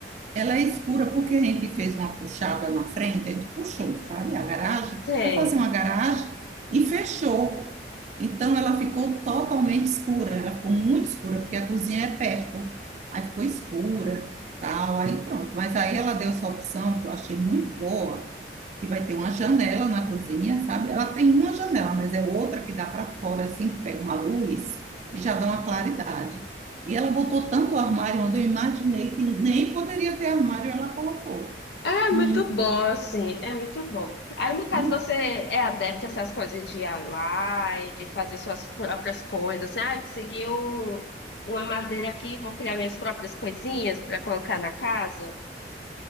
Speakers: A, on the right; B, on the left.
A: Ela é escura porque a gente fez uma puxada na frente, a gente puxou, sabe, a garagem,
B: Sei.
A: para fazer uma garagem e fechou. Então ela ficou totalmente escura, ela ficou muito escura porque a cozinha é perto. Aí ficou escura, tal, aí pronto. Mas aí ela deu essa opção que eu achei muito boa que vai ter uma janela na cozinha, sabe? Ela tem uma janela, mas é outra que dá para fora, assim, que pega uma luz e já dá uma claridade. E ela botou tanto armário onde eu imaginei que nem poderia ter armário, ela colocou.
B: É muito
A: Hum,
B: bom, assim, é muito bom. Aí, no caso,
A: não
B: você
A: é.
B: é adepto a essas coisas de DIY, de fazer suas próprias coisas, assim, ah, consegui um- uma madeira aqui, vou criar minhas próprias coisinhas para colocar na casa.